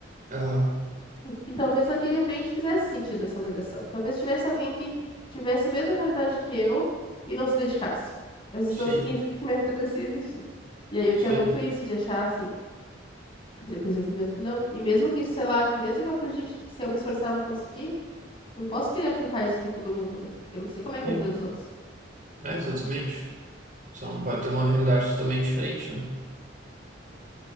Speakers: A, on the right; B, on the left.
A: aham,
B: E talvez naquele ambiente fizesse sentido essa alegação. Talvez tivesse alguém que tivesse a mesma realidade que eu e não se dedicasse. Mas isso
A: sim,
B: não significa que meritocracia existe, né? E aí eu tinha
A: sim,
B: muito isso de achar assim. Depois eu fui vendo que não. E mesmo que, sei lá, que mesmo que eu acredite que se eu me esforçar eu vou conseguir, não posso querer aplicar isso pra todo mundo, né? Porque eu não sei como é que
A: sim,
B: é a vida dos outros.
A: é, exatamente. São, pode ter uma realidade totalmente diferente, né?